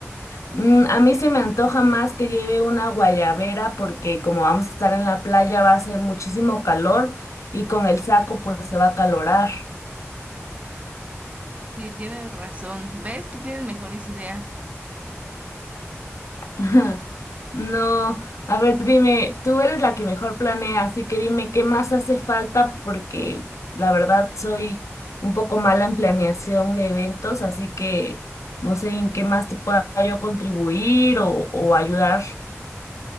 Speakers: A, on the left; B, on the right.
A: Mm, a mí se me antoja más que lleve una guayabera, porque como vamos a estar en la playa va a hacer muchísimo calor y con el saco pues se va a calorar.
B: Sí, tienes razón. ¿Ves? Tú tienes mejores ideas.
A: <laughs> Ajá. No, a ver, dime, tú eres la que mejor planea, así que dime qué más hace falta porque la verdad soy un poco mala en planeación de eventos, así que no sé en qué más te pueda yo contribuir o, o ayudar.